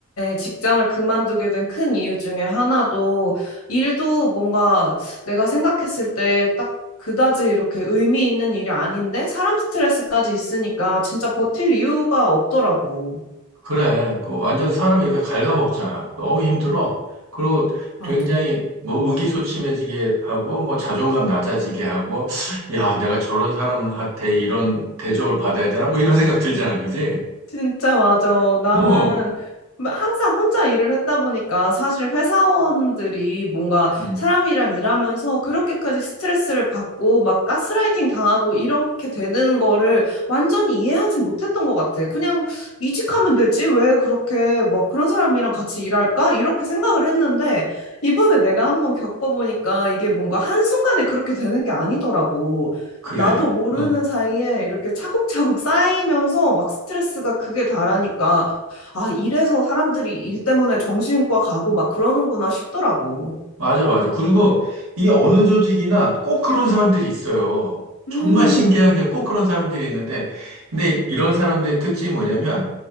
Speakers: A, on the left; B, on the right.
A: 직장을 그만두게 된 큰 이유 중에 하나도 일도 뭔가 내가 생각했을 때 딱 그다지 이렇게 의미 있는 일이 아닌데 사람 스트레스까지 있으니까 진짜 버틸 이유가 없더라고.
B: 그래. 그 완전 사람이 이렇게 갉아먹잖아. 너무 힘들어. 그리고
A: 맞아.
B: 굉장히 뭐 의기소침해지게 하고, 뭐 자존감 낮아지게 하고, 야, 내가 저런 사람한테 이런 대접을 받아야 되나? 뭐 이런 생각 들잖아. 그지?
A: 진짜 맞아. 나는
B: 어,
A: 항상 혼자 일을 했다 보니까 사실 회사원들이 뭔가
B: 음,
A: 사람이랑 일하면서 그렇게까지 스트레스를 받고 막 가스라이팅 당하고 이렇게 되는 거를 완전히 이해하지 못했던 것 같아. 그냥 이직하면 되지? 왜 그렇게 막 그런 사람이랑 같이 일할까? 이렇게 생각을 했는데 이번에 내가 한번 겪어보니까 이게 뭔가 한순간에 그렇게 되는 게 아니더라고.
B: 그래.
A: 나도 모르는
B: 어.
A: 사이에 이렇게 차곡차곡 쌓이면서 막 스트레스가 그게 다라니까, 아, 이래서 사람들이 일 때문에 정신과 가고 막 그러는구나 싶더라고.
B: 맞아, 맞아. 그리고 이게 어느 조직이나 꼭 그런 사람들이 있어요.
A: 음,
B: 정말 신기하게 꼭 그런 사람들이 있는데, 근데 이런 사람들의 특징이 뭐냐면,